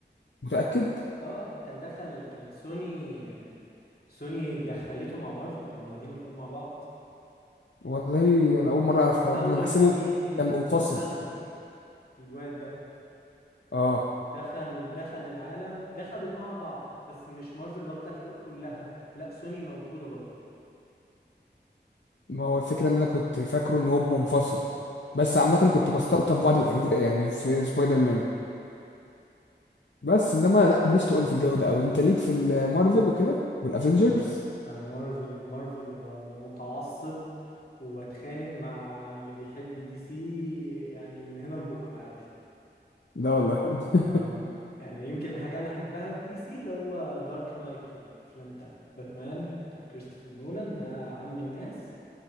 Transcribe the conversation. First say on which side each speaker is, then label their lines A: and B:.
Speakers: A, on the left; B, on the left.
A: متاكد
B: اه آه، كان دخل كانت سوني سوني دخلته مع مارفل كانوا واخدين الحقوق مع بعض
A: والله انا اول مره اعرف الحوار
B: اول
A: ده انا بحسبه
B: ما جه
A: كان منفصل
B: توم هالندر الواد ده
A: اه
B: دخل دخل العالم دخلوا مع بعض بس مش مارفل واخده الحقوق كلها لا سوني موجوده برضه
A: ما هو الفكره ان انا كنت فاكره ان هو منفصل
B: لا
A: بس
B: لا
A: عامه كنت بستلطف بعض الاجزاء يعني في سبايدر مان بس انما لا ماليش تقول في الجو ده قوي انت ليك في المارفل وكده والافنجرز
B: انا اه انا مارفل مارفل و... ومتعصب واتخانق مع اللي بيحب دي سي يعني من هنا لبكره عادي
A: لا والله <laughs>
B: اه يعني يمكن الحاجه اللي احبها في دي سي اللي هو دارك نايت والافلام بتاعت باتمان بتاع كريستوفر نولان ده عم الناس